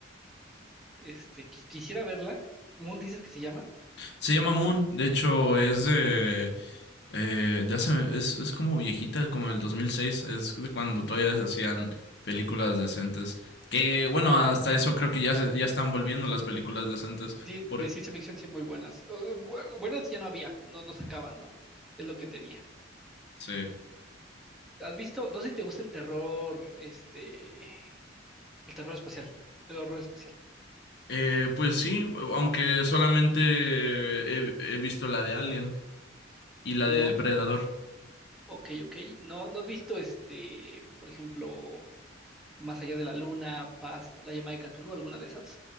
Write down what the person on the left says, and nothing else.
Se llama Moon, de hecho es de... Eh, de hace, es, es como viejita, como el 2006, es de cuando todavía se hacían películas decentes. Que bueno, hasta eso creo que ya, se- ya están volviendo las películas decentes.
Porque,
sí.
Eh, pues sí, aunque solamente he, he visto la de Alien y la
de Depredador.